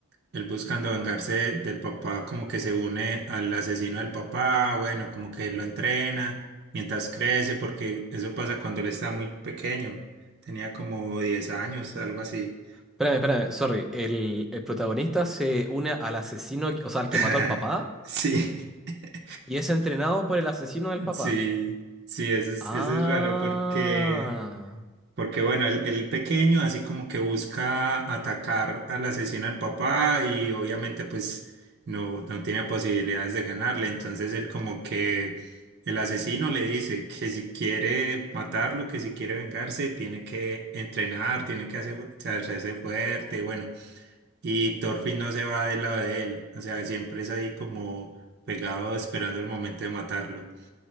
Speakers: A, on the right; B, in the centre.
A: él buscando vengarse del papá, como que se une al asesino del papá, bueno, como que lo entrena mientras crece, porque eso pasa cuando él está muy pequeño, tenía como diez años, algo así.
B: Espérame, espérame, sorry, el, el protagonista se une al asesino, o sea, al que
A: <laughs>
B: mató al papá,
A: Sí, <laughs>
B: y es entrenado por el asesino del papá.
A: sí, sí, eso es,
B: Ah,
A: eso es raro porque Porque bueno, el, el pequeño así como que busca atacar al asesino al papá y obviamente pues no, no tiene posibilidades de ganarle. Entonces él como que el asesino le dice que si quiere matarlo, que si quiere vengarse, tiene que entrenar, tiene que hacer, hacerse fuerte. y Bueno, y Thorfinn no se va del lado de él. O sea, siempre es ahí como pegado esperando el momento de matarlo.